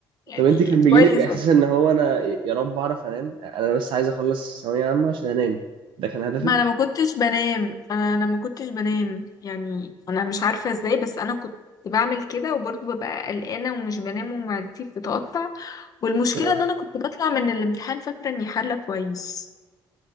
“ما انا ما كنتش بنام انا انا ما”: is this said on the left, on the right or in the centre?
Left